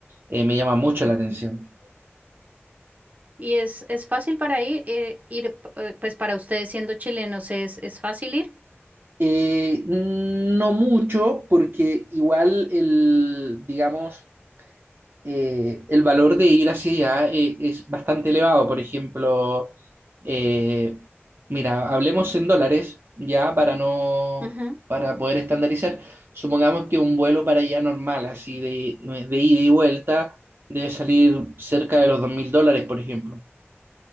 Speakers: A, on the right; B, on the right.
A: eh, me llama mucho la
B: Ujú.
A: atención.
B: ¿Y es, es fácil para ir, eh, ir, eh, pues para ustedes siendo chilenos, es, es fácil ir?
A: Eh, no mucho, porque igual el, digamos, eh, el valor de ir hacia allá eh, es bastante elevado. Por ejemplo, eh, mira, hablemos en dólares ya para no,
B: Ujú.
A: para poder estandarizar. Supongamos que un vuelo para allá normal, así de, de ida y vuelta, debe salir cerca de los dos mil dólares, por ejemplo.